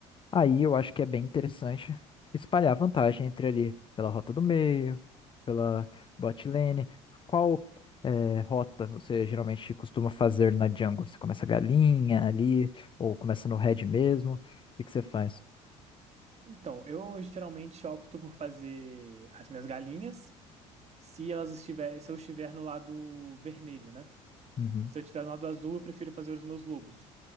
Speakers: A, on the left; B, on the right.
A: Aí eu acho que é bem interessante espalhar vantagem entre ali pela rota do meio, pela bot lane. Qual eh, rota você geralmente costuma fazer na jungle? Você começa galinha ali, ou começa no red mesmo? O que que você faz?
B: Então, eu geralmente opto por fazer as minhas galinhas se elas estiver, se eu estiver no lado vermelho, né?
A: Uhum.
B: Se eu estiver no lado azul, eu prefiro fazer os meus lobos.